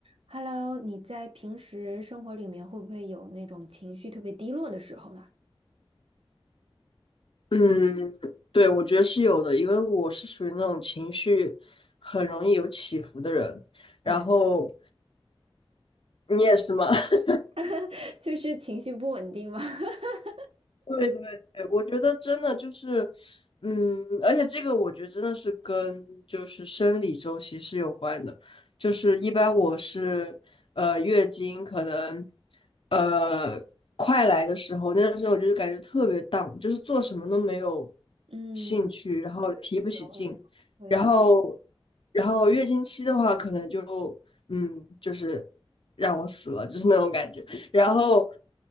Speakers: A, on the right (about 75°); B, on the left (about 60°).
A: Hello，你在平时生活里面会不会有那种情绪特别低落的时候呢？
B: 嗯，对，我觉得是有的，因为我是属于那种情绪很容易有起伏的人，然后
A: 哎呀，
B: 你也是吗？<laughs>
A: <laughs> 就是情绪不稳定吗？<laughs>
B: 对对对，我觉得真的就是，嗯，而且这个我觉得真的是跟就是生理周期是有关的，就是一般我是呃月经可能呃快来的时候，那段时间我就是感觉特别 down，就是做什么都没有
A: 嗯，
B: 兴趣，然后提不起劲，
A: 会有会有会有
B: 然后然后月经期的话，可能就嗯就是让我死了，就是那种感觉。然后